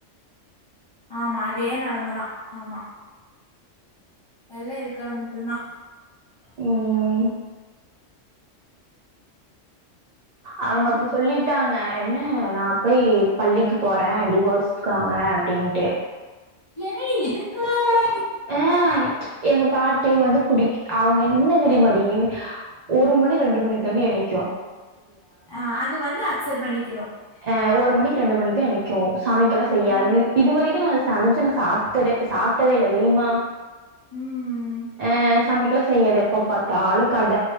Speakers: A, on the left (about 25°); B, on the right (about 50°).
A: ஆமா அதே நிலமதா ஆமா எல்லா இருக்கிற மட்டு தா
B: ம்
A: சேரி
B: அவுங்க அப்டி சொல்லிட் ட்டாங்க என்ன நா போய் பள்ளிக்கு போற டிவோஸ்க்காக அப்டின்ட்டு
A: என்ன இதுக்கலாமா
B: ஆ எங்க பாட் ட்டி வந்து பிடி அவங்க என்ன தெரியுமாடி ஒரு மணி ரெண்டு மணிக்கு தாண்டி என்னைக்கு
A: ஆ அது வந்து அக்சப்ட் பண்ணிக்கணு
B: அ ஒரு மணிக்கு ரெண்டு மணிக்கு தா நிக்கு சமைக்கலா செய்யாது
A: அ
B: இதுவரைக்கு நா சமைச்சு நா சாப்டதே சாப்ட்டதே இல்ல தெரியுமா
A: ம்
B: ஆ சமைக்கலா செய்யாது எப்ப பாத்தாலு கட